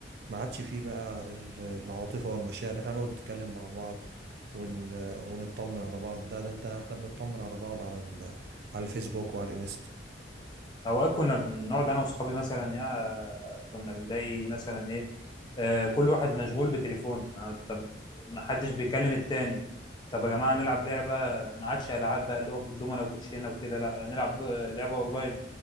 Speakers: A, on the right; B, on the left.
A: ما عادش فيه بقى ال- العاطفة والمشاعر احنا نقعد نتكلم مع بعض ون... ونطمن على بعض ده ده انت احنا بنطمن على بعض على ال... على الفيسبوك وعلى الانستا
B: اوقات كنا بنقعد انا واصحابي مثلا يا كنا بنلاقي مثلا ايه آه كل واحد مشغول بتليفونه آه طب ما حدش بيكلم التاني طب يا جماعه نلعب لعبه ما عادش العاب بقى اللي هو الدومنه وكوتشينه وكده لا نلعب دو... آه، لعبه اونلاين